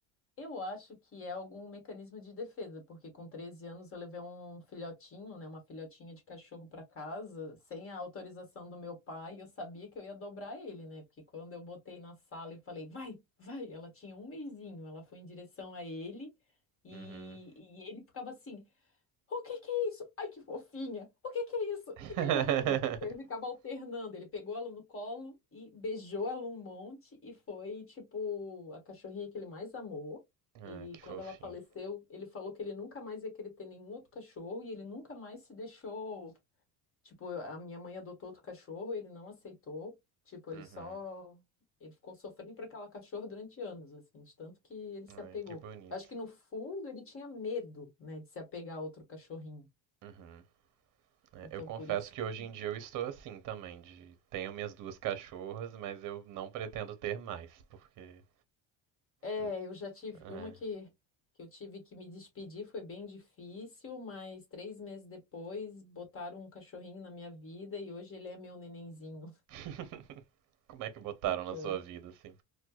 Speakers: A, on the left; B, on the right.
A: Eu acho que é algum mecanismo de defesa, porque com 13 anos eu levei um filhotinho, né, uma filhotinha de cachorro para casa, sem a autorização do meu pai, e eu sabia que eu ia dobrar ele, né? Porque quando eu botei na sala e falei, vai, vai, ela tinha um mesinho, ela foi em direção a ele, e,
B: Uhum.
A: e ele ficava assim. O que que é isso? Ai, que fofinha! O que que é isso?
B: <laughs>
A: Ai, que fofinha! Ele ficava alternando, ele pegou ela no colo e beijou ela um monte e foi, tipo, a cachorrinha que ele mais amou.
B: ah,
A: E
B: que
A: quando
B: fofinho.
A: ela faleceu, ele falou que ele nunca mais ia querer ter nenhum outro cachorro e ele nunca mais se deixou Tipo, eu- a minha mãe adotou outro cachorro, ele não aceitou. Tipo, ele
B: Uhum.
A: só. Ele ficou sofrendo por aquela cachorra durante anos, assim, de tanto que ele se
B: Ai,
A: apegou.
B: que bonito.
A: Acho que no fundo ele tinha medo, né, de se apegar a outro cachorrinho.
B: Uhum. É,
A: Então,
B: eu confesso
A: por isso
B: que
A: que.
B: hoje em dia eu estou assim também, de tenho minhas duas cachorras, mas eu não pretendo ter mais, porque
A: É,
B: n-
A: eu já tive
B: é.
A: uma que, que eu tive que me despedir, foi bem difícil, mas três meses depois botaram um cachorrinho na minha vida e hoje ele é meu nenenzinho.
B: <laughs> Como é que botaram
A: <laughs>
B: na sua vida assim?